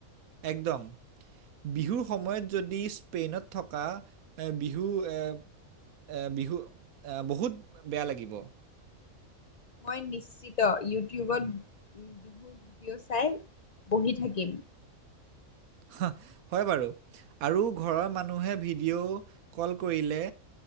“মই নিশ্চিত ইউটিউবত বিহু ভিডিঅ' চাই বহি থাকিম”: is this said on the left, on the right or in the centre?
Left